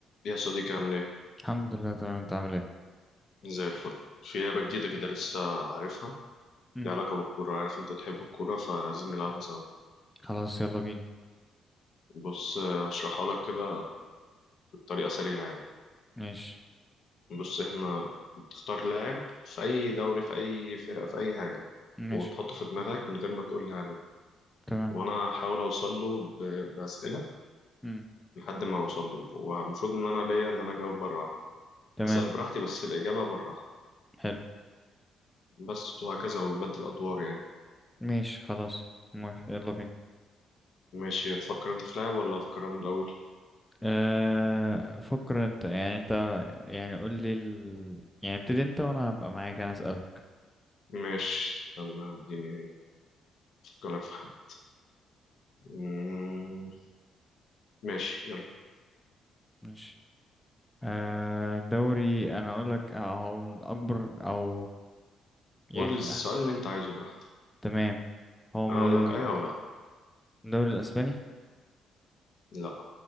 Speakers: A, on the left (about 65°); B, in the centre.
A: يا صديقي عامل ايه؟
B: الحمد لله تمام انت عامل ايه
A: زي الفل في لعبة جديدة كده لسه عارفها
B: مم.
A: ليها علاقة بالكورة عارف انت بتحب الكورة فعايزين نلعبها سوا
B: خلاص يلا بينا
A: بص آه، هشرحها لك كده بطريقة سريعة يعني
B: ماشي
A: بص احنا بتختار لاعب في أي دوري في أي فرقة في أي حاجة
B: ماشي
A: وتحطه في دماغك من غير ما تقول لي عليه
B: تمام
A: وأنا هحاول أوصل له ب- بأسئلة
B: مم.
A: لحد ما أوصل له والمفروض إن أنا ليا إن أنا أجاوب مرة واحدة
B: تمام
A: أسأل براحتي بس الإجابة مرة واحدة
B: حلو
A: بس وهكذا ونبدل أدوار يعني
B: ماشي خلاص موافق يلا بينا
A: ماشي تفكر انت في لاعب ولا افكر انا الاول
B: أه فكر انت يعني انت يعني قول لي ال... يعني ابتدي انت وانا هبقى معاك انا هسألك
A: ماشي استنى اديني افكر لك في حد مم، ماشي يلا
B: ماشي أه دوري انا اقول لك آه، هو من اكبر او يعني
A: قول
B: من
A: السؤال
B: أحد.
A: اللي انت عايزه براحتك
B: تمام هو من
A: انا اقول لك ايوه او لا
B: الدوري الاسباني
A: لا